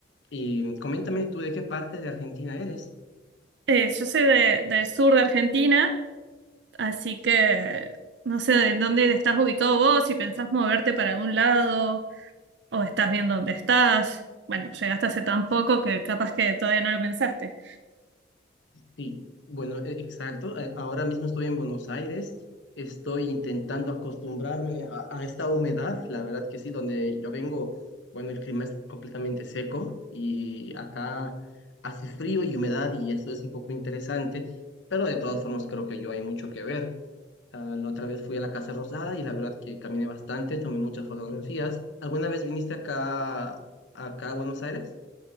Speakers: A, on the left; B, on the right.
A: Y coméntame tú de qué parte de Argentina eres.
B: Eh, yo soy de- del sur de Argentina, así que no sé en dónde estás ubicado vos, si pensás moverte para algún lado o estás bien dónde estás. Bueno, llegaste hace tan poco que capaz que todavía no lo pensaste.
A: Sí, bueno, e- exacto. Eh, Ahora mismo estoy en Buenos Aires. Estoy intentando acostumbrarme a, a esta humedad. La verdad que sí, donde yo vengo, bueno, el clima es completamente seco y acá hace frío y humedad y eso es un poco interesante, pero de todas formas creo que yo hay mucho que ver. Ah, la otra vez fui a la Casa Rosada y la verdad que caminé bastante, tomé muchas fotografías. ¿Alguna vez viniste acá, acá a Buenos Aires?